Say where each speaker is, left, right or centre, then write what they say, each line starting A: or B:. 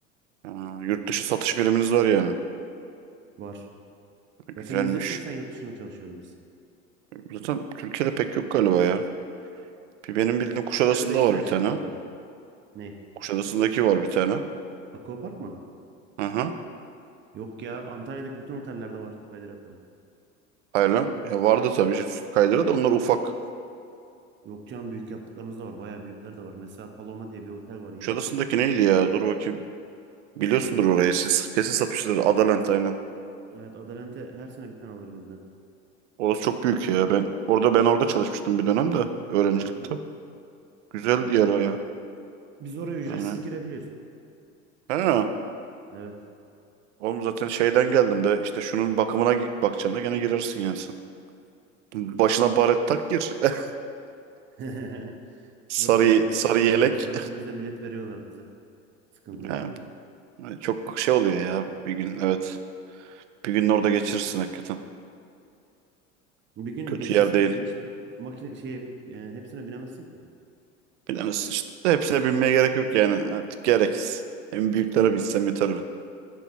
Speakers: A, on the right; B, on the right.
A: Ha, yurt dışı satış biriminiz var yani.
B: var.
A: E, Güzelmiş.
B: Zaten yüzde seksen yurt dışına çalışıyoruz biz.
A: Zaten Türkiye'de pek yok galiba ya. Bir benim bildiğim Kuşadası'nda
B: Dünyada 5
A: var
B: tane
A: bir
B: şirket
A: tane.
B: var. Ne?
A: Kuşadası'ndaki var bir tane.
B: Aquapark mı?
A: Hı hı.
B: Yok ya Antalya'daki bütün otellerde var süper hidratları.
A: Haylan. Ya vardı tabii. ki Su kaydırağı da onlar ufak.
B: Yok canım büyük yaptıklarınız da var. Bayağı büyükler de var. Mesela Paloma diye bir otel var yeni.
A: Kuşadası'ndaki neydi ya? Dur bakayım. Biliyorsundur
B: Adalent
A: orayı
B: mi?
A: siz. Kesin satmışlar. Adalent aynen.
B: A- evet Adalent'e her sene bir tane alır bizden.
A: Orası çok büyük ya. Ben orada ben orada çalışmıştım bir dönem de öğrencilikte.
B: Hı hı.
A: Güzel yer o ya.
B: Biz oraya ücretsiz
A: Yani.
B: girebiliyoruz.
A: ha.
B: Evet.
A: Oğlum zaten şeyden geldim de işte şunun bakımına gi- bakacağım da gene girersin yani sen. Başına baret tak gir. <laughs>
B: <laughs>
A: Sarı,
B: Yok ya
A: sarı
B: şey yapıyorlar.
A: yelek.
B: Söylediğimizde bilet veriyorlar bize. Sıkıntı yok.
A: Yani çok şey oluyor ya bir gün evet. Bir gün orada geçirirsin hakikaten.
B: Bir gün
A: Kötü
B: geçirsen
A: yer değil.
B: hiçbir makine şeye e, hepsine binemezsin ki.
A: Bilemezsin işte. Hepsine binmeye gerek yok yani. Artık gereksiz. En büyüklere binsem yeter ben.